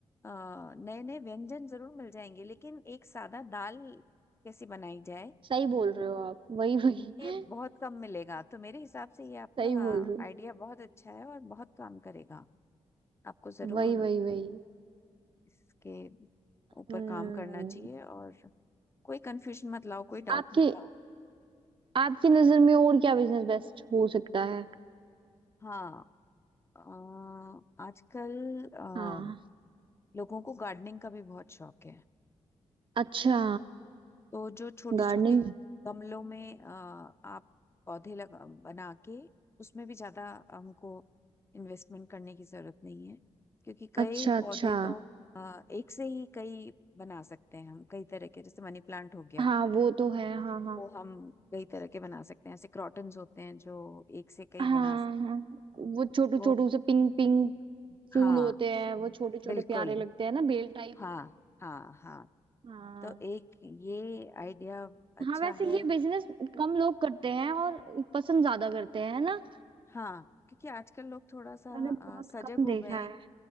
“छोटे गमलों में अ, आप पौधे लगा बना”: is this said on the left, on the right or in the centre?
Left